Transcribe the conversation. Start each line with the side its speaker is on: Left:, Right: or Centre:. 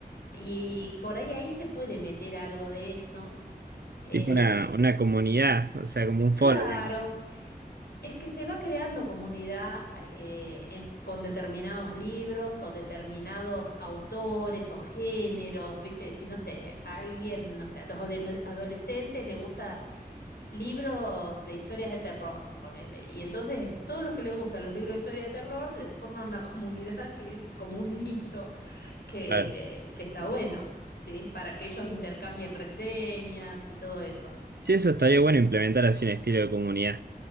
Left: y por ahí ahí se puede meter algo de eso. Eh,
Right: tipo una, una comunidad, o sea, como un
Left: claro,
Right: foro, digamos.
Left: es que se va creando comunidad eh, en- con determinados libros o determinados autores o géneros, ¿viste? Si no sé, a alguien, no sé, a los adole- adolescentes les gusta libros de historias de terror, ponele. Y entonces eh, todos los que les gustan los libros de historia de terror eh, forman una <laughs> comunidad que es como un nicho que,
Right: Claro.
Left: que está bueno, ¿sí? Para que ellos intercambien reseñas y todo eso.
Right: Sí, eso estaría bueno implementar así un estilo de comunidad.